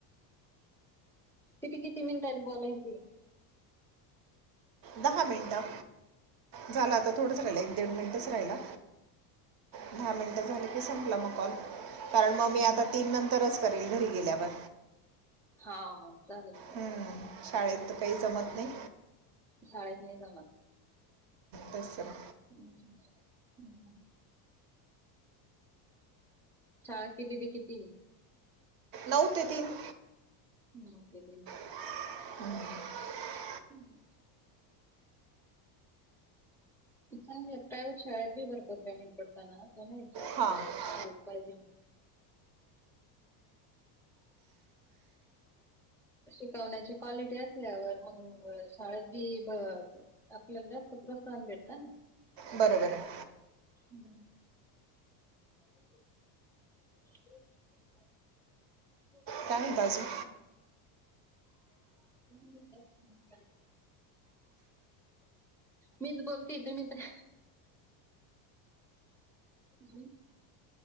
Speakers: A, in the centre; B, on the right.
A: किती किती मिनिटांनी बोलायचंय?
B: दहा मिनिटं. झालं आता
A: दहा
B: थोडंच
A: मिनिटं.
B: राहिलं, एक, दीड मिनटच राहिला. दहा
A: हो का?
B: मिनटं झाली की, संपला मग कॉल. कारण मग
A: हम्म.
B: मी आता तीन नंतरच करेल घरी गेल्यावर.
A: हा हो. चालेल चालेल.
B: हम्म, शाळेत तर काही जमत
A: हा.
B: नाही.
A: शाळेत नाही जमत.
B: तसं
A: <inaudible> शाळा किती ते कितीय?
B: नऊ ते तीन.
A: नऊ ते तीन.
B: हम्म.
A: हम्म. चांगलं. प्रायव्हेट शाळेत बी भरपूर पेमेंट पडत ना. प <unintelligible>
B: हां
A: नाही पाहिजे. शिकवण्याची क्वालिटी असल्यावर, मंग शाळेत बी ब आपल्याला जास्त प्रोत्साहन भेटतं ना.
B: बरोबरय.
A: हम्म. <unintelligible>
B: काय म्हणता अजून?
A: त्यानं एकदाच फोन काल. मीच बोलतीय. तुम्ही तर मी